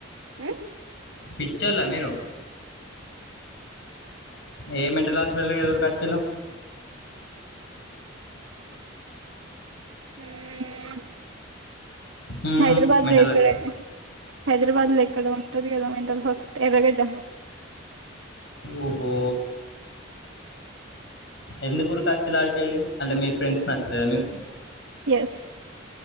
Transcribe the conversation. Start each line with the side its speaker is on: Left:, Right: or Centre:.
Right: ఉమ్
Left: పిచోళ్ళ మీరు ఏ మెంటల్ హా పిచ్చోళ్ళ దగ్గర దొరకచ్చిళ్ళు
Right: అ ఉమ్
Left: హ్మ్
Right: హైదరాబాద్
Left: మెంటల్
Right: లో ఇక్కడే
Left: హాస్
Right: హైదరాబాద్ లో ఎక్కడో ఉంటది కదా మెంటల్ హాస్పిటల్ ఎర్రగడ్డ
Left: ఓహో ఎందుకు ఉరకచ్చిల్లు ఆడికెళ్లి అంటే మీ ఫ్రెండ్స్ నచ్చలేదా మీకు
Right: ఎస్